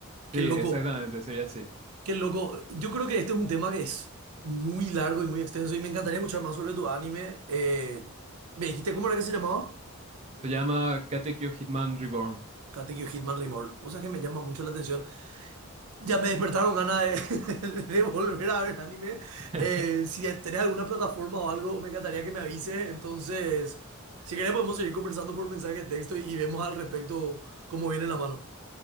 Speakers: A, on the right (about 85°); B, on the right (about 30°).
A: Qué
B: Sí, exactamente,
A: loco,
B: sería así.
A: qué loco. Yo creo que este es un tema que es muy largo y muy extenso y me encantaría escuchar más sobre tu anime. Eh, ¿me dijiste cómo era que se llamaba?
B: Se llama Katekyo Hitman Reborn.
A: Katekyo Hitman Reborn. O sea que me llama mucho la atención. Ya me despertaron ganas de, <laughs> de volver a ver anime.
B: <laughs>
A: Eh, si tenés alguna plataforma o algo, me encantaría que me avises. Entonces, si querés podemos seguir conversando por mensaje de texto y vemos al respecto cómo viene la mano.